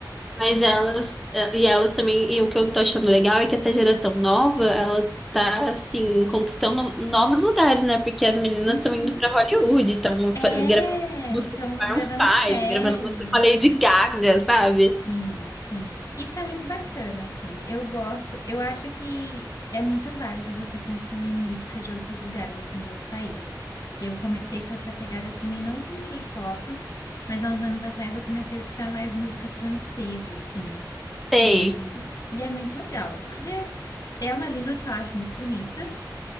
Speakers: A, in the centre; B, on the left.
A: Mas elas, e elas também, e o que eu tô achando legal é que essa geração nova, ela tá, assim, conquistando novos lugares, né? Porque as meninas
B: Uhum.
A: estão indo pra Hollywood, estão
B: É,
A: gravando música
B: estão
A: com Maroon
B: gravando série.
A: 5, gravando música com a Lady Gaga, sabe?
B: Sim, sim. Isso é muito bacana, assim. Eu gosto, eu acho que é muito válido você consumir música de outros lugares, assim, de outros países. Eu comecei com essa pegada também, não com K-pop, mas há uns anos atrás eu comecei a escutar mais música francesa, assim.
A: Sei.
B: E, e é muito legal, porque é uma língua que eu acho muito bonita.